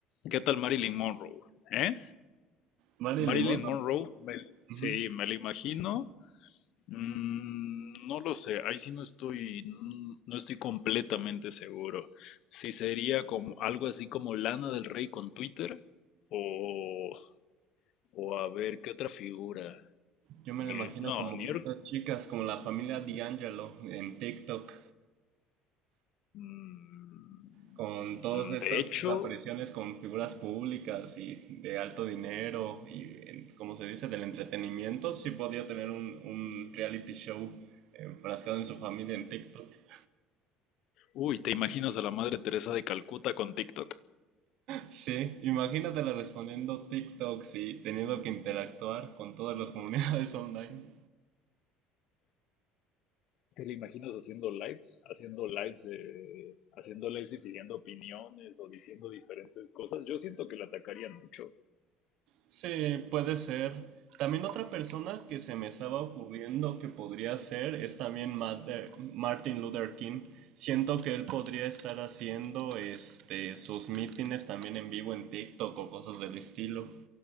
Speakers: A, on the left (about 55°); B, on the right (about 60°).
A: ¿qué tal Marilyn Monroe? ¿Eh?
B: Vale, limón.
A: Marilyn
B: ¿no?
A: Monroe, me-
B: Ujú.
A: sí, me la imagino. Mm, no lo sé, ahí sí no estoy, mm, no estoy completamente seguro. Si sería como algo así como Lana del Rey con Twitter, o, o a ver, ¿qué otra figura?
B: Yo me
A: Ni-
B: lo imagino
A: no,
B: como
A: New
B: estas
A: York.
B: chicas, como la familia D'Angelo en TikTok,
A: mm,
B: con todas estas
A: de hecho,
B: sus apariciones con figuras públicas y de alto dinero y, como se dice, del entretenimiento. Sí podía tener un, un reality show enfrascado en su familia en TikTok. <laughs>
A: Uy, ¿te imaginas a la Madre Teresa de Calcuta con TikTok?
B: Sí, imagínatela respondiendo TikToks y teniendo que interactuar con todas las comunidades <laughs> online.
A: ¿Te la imaginas haciendo lives? Haciendo lives de, haciendo lives y pidiendo opiniones o diciendo diferentes cosas. Yo siento que la atacarían mucho.
B: Sí, puede ser. También otra persona que se me estaba ocurriendo que podría ser es también Mat- eh, Martin Luther King. Siento que él podría estar haciendo este sus mítines también en vivo en TikTok o cosas del estilo.